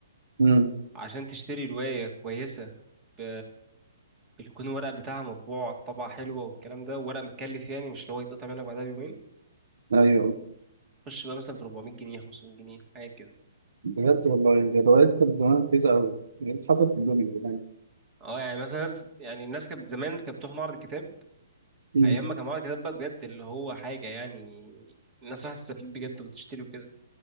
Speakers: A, on the right; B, on the right.
A: مم.
B: عشان تشتري رواية كويسة ب... بيكون الورق بتاعها مطبوع طبعة حلوة والكلام ده ورق متكلف يعني مش اللي هو يتقطع منك بعدها بيومين
A: ايوه
B: خش بقى مثلا في 400 جنيه 500 جنيه حاجات كده
A: بجد والله الروايات كانت زمان رخيصة أوي يعني حصلت في الدنيا زمان
B: اه يعني مثلا ناس يعني الناس كانت زمان كانت بتروح معرض الكتاب
A: مم.
B: ايام ما كان معانا كتاب بقى بجد اللي هو حاجه يعني الناس راح تستفيد بجد وتشتري وكده